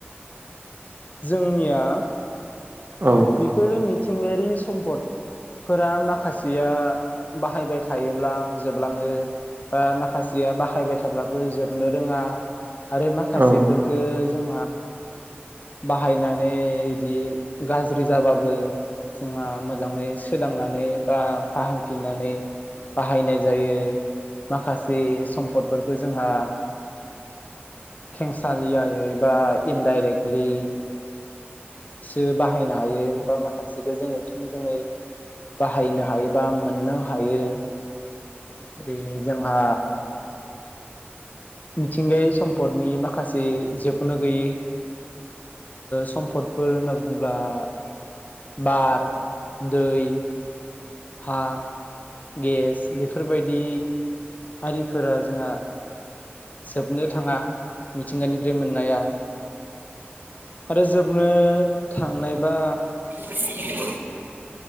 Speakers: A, on the left; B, on the right.
A: जोंनिया
B: औ
A: बेफोरो मि मिथिंगायारि सम्पदफोरा माखासेया बाहायबाय थायोब्ला जोबलाङो बा माखासेया बाहायबाय थाब्लाबो जोबनो रोङा आरो माखासेफोरखो
B: औ
A: जों बाहनानै बिदि गा ज्रि जाबाबो जोंहा मोजाङै सोदांनानै बा फाहामफिननानै बाहायनाय जायो माखासे सम्पदफोरखौ जोंहा खेंसालियायै एबा इनडायरेखलि सो बाहायनो हायो बा माखासेखौ जोङो थोंजोङै बाहायनो हायो बा मोननो हायो। <inaudible> बा मिथिंगायारि सम्पदनि माखासे जोबनो गैयै सम्दफोर होनना बुं बार, दै हा, गेस बेफोरबायदि आरिफोरा जोंहा जोबनो थाङा मिथिंगानिफ्राय मोननाया आरो जोबनो थांनायबा
B: <inaudible>